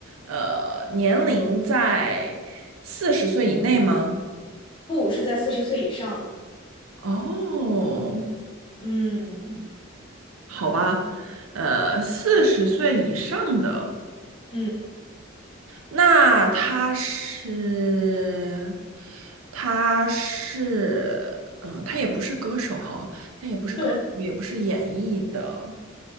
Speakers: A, on the right; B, on the left.
A: 呃，年龄在四十岁以内吗？
B: 不，是在四十岁以上的。
A: 哦，
B: 嗯
A: 好吧，呃，四十岁以上的，
B: 嗯，
A: 那他是，他是，嗯、他也不是歌手哈，他也不是歌手，
B: 对，
A: 也不是演艺的，